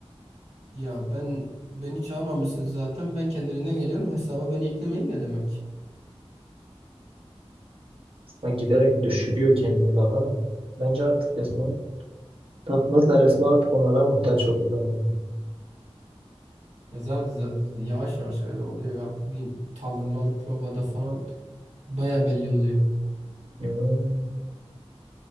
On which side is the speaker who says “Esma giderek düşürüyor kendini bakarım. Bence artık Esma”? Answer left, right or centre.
Right